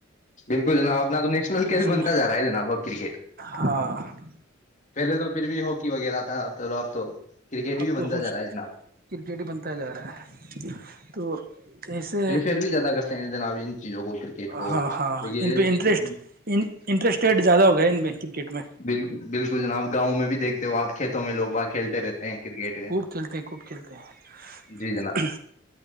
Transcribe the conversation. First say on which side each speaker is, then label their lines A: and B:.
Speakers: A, on the left; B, on the right.
A: بالکل جناب ابنا تو نیشنل
B: ماشاء
A: کھیل بنتا
B: اللہ
A: جا رہا ہے جناب اب کرکٹ
B: ہاں
A: پہلے تو پھر بھی ہو وغیرہ آتا توو آب تو کرکٹ بھی
B: اب تو
A: بنتا
B: خوش
A: جا رہا ہے جناب
B: کرکٹ ہی بنتا جا رہا ہے تو ایسے
A: پریفر بھی زیادہ کرتے ہیں جناب ان چیزوں کو کرکٹ کو
B: ہاں
A: کیکہ
B: ہاں ان پہ انٹرسٹ انٹرسٹیڈ زیادہ ہو گیا ان میں کرکٹ میں
A: بالکل بالکل جناب گاؤں میں بھی دیکھ تو آپ کھیتوں میں لوگ کھیل رہتے ہیں کرکٹ
B: خب کھیلتے ہیں کوب کھیلتے ہیں
A: جی جناب